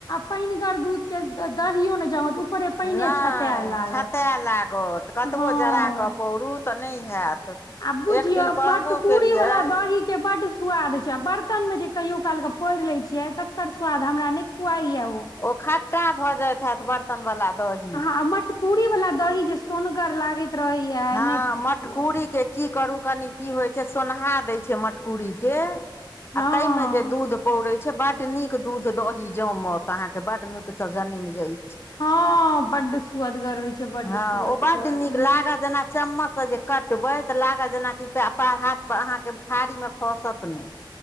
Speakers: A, on the left; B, on the left.
A: पनिगर दूध के दहियो नय जमत ऊपरे पानिये
B: नय
A: छताय लागत
B: छटै लागत कतबो
A: हँ
B: जरा कऽ पौरुत तऽ नय हैत
A: आ बुझियौ
B: एक दिन कहबो
A: मरकुरी
B: केलियै
A: वाला
B: ओ
A: दही के बड स्वाद छै बर्तन मे जे कहियो काल के पोर ले छिय तकर स्वाद हमरा ने खुआइ या उ
B: ओ खट्टा भऽ जात हत बर्तन वाला दही
A: आ मटकुरी वाला दही जे सोनगर लागैत रहैया
B: हँ
A: नहि पुछो
B: मटकुरीके की करू कनि की होइ छै सोन्हा दै छै मटकुरीके आ
A: हँ
B: ताहिमे जे दूध पौड़े छै बड नीक दूध दही जामत अहा के बड नीक से जन्म जाय
A: हँ बड स्वादगर होइ छै बड
B: हँ
A: स्वदगर
B: ओ बड्ड नीक लागत
A: ह
B: जेना चम्मचसँ जे कटबै तऽ लागत जेनाकि प हाथ पर अहाँके थारीमे खसत नहि